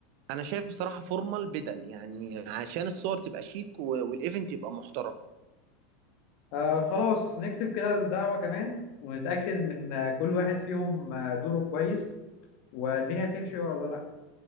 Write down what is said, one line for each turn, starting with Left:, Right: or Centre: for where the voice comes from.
Right: أنا شايف بصراحة فورمال بدل يعني عشان الصور تبقى شيك و- والايفنت يبقى محترم
Left: آه خلاص نكتب كده الدعوة كمان ونتأكد من آه، كل واحد فيهم آه، دوره كويس والدنيا هتمشي ولا لأ